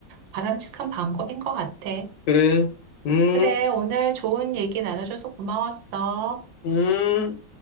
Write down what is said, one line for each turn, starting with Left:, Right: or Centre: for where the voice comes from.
Right: 바람직한 방법인 것 같아.
Left: 그래. 음,
Right: 그래, 오늘 좋은 얘기 나눠줘서 고마웠어.
Left: 음.